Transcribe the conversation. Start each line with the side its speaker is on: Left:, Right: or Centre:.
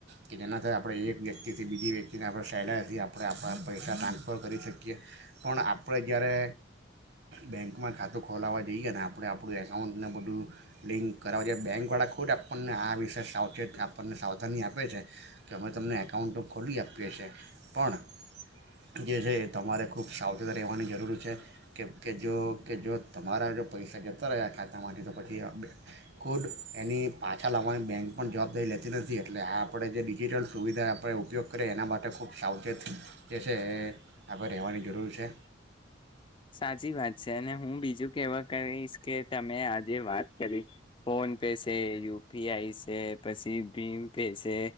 Right: કે જેનાથી આપણે એક વ્યક્તિથી બીજી વ્યક્તિને આપણે સહેલાઈથી આપણે આપણા પૈસા ટ્રાન્સફર કરી શકીએ. પણ આપણે જ્યારે બેંકમાં ખાતું ખોલાવવા જઈએ ને આપણે આપણું એકાઉન્ટને બધું લિંક કરાવ જઈએ બેંકવાળા ખુદ આપણને આ વિશે સાવચેત આપણને સાવધાની આપે છે કે અમે તમને એકાઉન્ટ તો ખોલી આપીએ છે. પણ જે છે એ તમારે ખૂબ સાવચેત રહેવાની જરૂર છે. કેમ કે જો કે જો તમારા જો પૈસા જતા રહયા ખાતામાંથી તો પછી ખુદ એની પાછા લાવવાની બેંક પણ જવાબદારી લેતી નથી. એટલે આ આપણે જે ડિજિટલ સુવિધા આપણે ઉપયોગ કરીએ એના માટે ખૂબ સાવચેત જે છે એ આપણે રહેવાની જરૂર છે.
Left: સાચી વાત છે અને હું બીજું કેવા કરીશ કે તમે આજે વાત કરી ફોન પે છે, યુપીઆઈ છે પછી, ભીમ પે છે